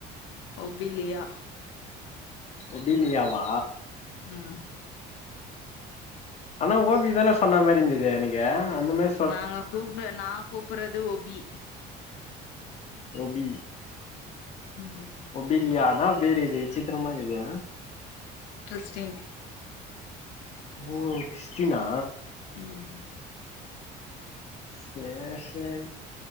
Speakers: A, on the left; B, on the left.
A: ஒபிலியா
B: ஒடிலியாவா
A: ம்
B: ஆனா ஓபி தானே சொன்னா மேரி இந்தது அன்னைகே அந்த மேரி
A: நாங்க கூப்ட நா கூப்பறது ஒபி
B: ஒபி
A: ம்
B: ஒபிலியானா <unintelligible> விச்சித்திரமா இருகே
A: டிரிஸ்டின்
B: ஓ கிஸ்டினா
A: ம்
B: சேர் சேரி